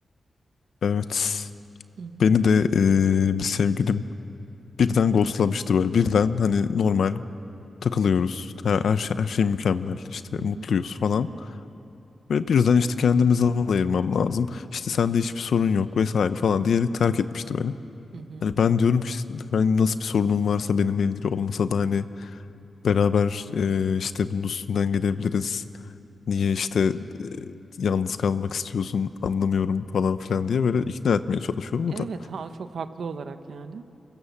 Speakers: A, on the left; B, on the right.
A: Evet.
B: Hı hı.
A: Beni de eee, bir sevgilim birden ghostlamıştı böyle. Birden hani normal takılıyoruz. İşte Her, her şey, her şey mükemmel. İşte
B: Hı
A: mutluyuz
B: hı.
A: falan. Ve birden işte kendime zaman ayırmam lazım. İşte sende hiçbir sorun yok vesaire falan diyerek terk etmişti beni.
B: Hı hı.
A: Hani ben diyorum ki işte herhangi nasıl bir sorunun varsa benimle ilgili olmasa da hani beraber eee, işte bunun üstünden gelebiliriz. Niye işte e, yalnız kalmak istiyorsun anlamıyorum falan filan diye böyle ikna etmeye çalışıyorum.
B: Evet
A: O da
B: ha çok haklı olarak yani.